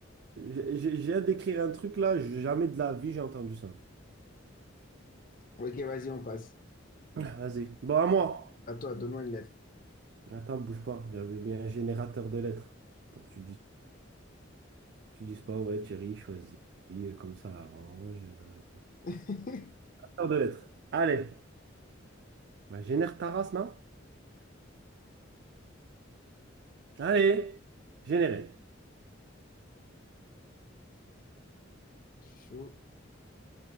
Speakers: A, on the right; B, on the left.
A: j'ai j'ai- j'ai hâte d'écrire un truc là, j'ai jamais de la vie j'ai entendu ça.
B: Ok, vas-y, on passe.
A: Ah, Vas-y. Bon, à moi.
B: À toi, donne-moi une lettre.
A: Attends, bouge pas. J'avais mis un générateur de lettres pour que tu dises, tu dises pas, ouais, Thierry, choisis, euh, comme ça, arrange. euh.
B: <laughs>
A: Générateur de lettres. Allez. Bah, génère ta race, non? Allez. Générer.
B: Chaud.